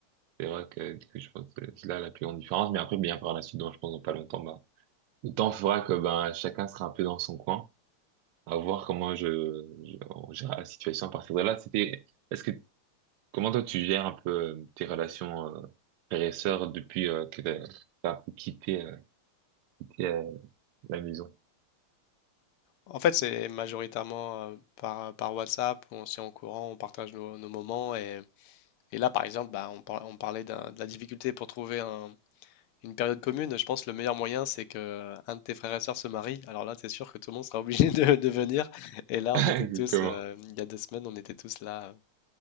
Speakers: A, on the right (about 85°); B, on the left (about 80°).
A: C'est vrai que du coup, je pense que c'est là la plus grande différence. Mais après, bien par la suite, donc, je pense dans pas longtemps, bah, le temps fera que ben chacun sera un peu dans son coin, à voir comment je, je on gère la situation à partir de là. C'était, est-ce que comment toi tu gères un peu euh, tes relations euh, frères et sœurs depuis euh, que t'as t'as un peu quitté, euh, quitté, euh, la maison?
B: En fait, c'est majoritairement euh, par, par WhatsApp, on s'y en courant, on partage nos, nos moments. Et, et là, par exemple, bah, on, par- on parlait d'un- de la difficulté pour trouver un- une période commune. Je pense que le meilleur moyen, c'est que un de tes frères et sœurs se marie. Alors là, c'est sûr que tout le monde sera obligé <laughs> de, de venir. Et là,
A: <laughs>
B: on était
A: Exactement.
B: tous, euh, il y a deux semaines, on était tous là